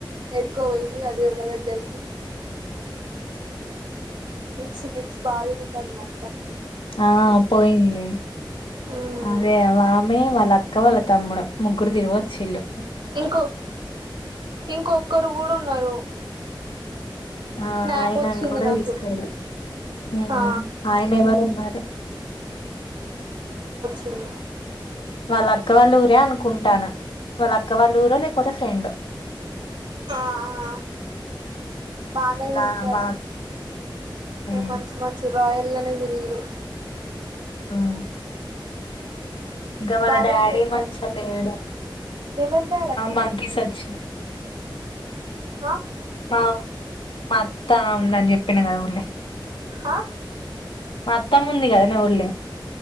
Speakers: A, on the right; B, on the left.
A: ఎడుకోబోయింది అదే వాళ్ళ దగ్గరికి ట్రిప్స్ ట్రిప్స్ బా తిరుగుతాందక్క
B: ఆ పోయింది
A: మ్మ్
B: అదే ఆమె వాళ్ళ అక్కవాళ్ళ తమ్ముడు ముగ్గురు తిరుగొచ్చిల్లు
A: ఇంకో ఇంకొక్కరు కూడా ఉన్నారు
B: ఆ
A: స్నాప్
B: ఆయనని
A: వచ్చింది
B: కూడా
A: నాకు
B: తీసుకెవెళ్ళ మ్
A: ఆ
B: ఆయన ఎవరో మరి
A: ఇల్
B: వాళ్ళ అక్క వాళ్ళ ఊరే అనుకుంటానా వాళ్ళ అక్క వాళ్ళ ఊరో లేకపోతే ఫ్రెండో
A: ఆ ఆ ఆ బానే
B: బా
A: తింటారు
B: బా ఉమ్,
A: మంచి మంచి రాయల్గానే దిరిగిరు
B: మ్మ్ ఇంకా వాళ్ళ
A: బావ
B: డాడీ
A: ఏం చేత్తాండు
B: మాచ్చెల్లి పొయిరు
A: ఎవరి డాడ్ అక్క
B: మంకిీస్ ఒచ్చినయి
A: ఆ
B: మా మా అత్తా ఉందని చెప్పిన కదా మొ
A: ఆ
B: మా అత్తమ ఉంది కదనే ఊళ్ళె